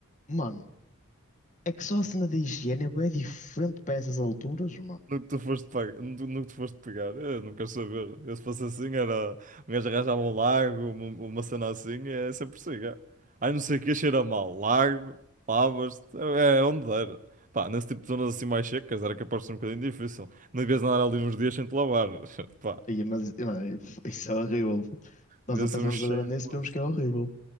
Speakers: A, on the left; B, on the right.
A: mano. É que só a cena da higiene é bué diferente para essas alturas, mano.
B: No que tu foste, pe- no, no que tu foste pegar, eu não quero saber. Eu, se fosse assim, era um gajo arranjava um largo, uma, uma cena assim, é sempre assim. É. Ai, não sei o que, cheira mal. Largo, lavas-te, é, é onde der. Pá, nesse tipo de zonas assim mais secas, era capaz de ser um bocadinho difícil. Não devias andar ali uns dias sem te lavar. <laughs> Pá,
A: Aí, mas, mano, isso é horrível. puto. Nós
B: devia
A: a pensarmos
B: ser um cheiro,
A: agora nisso,
B: moço.
A: vemos que é horrível.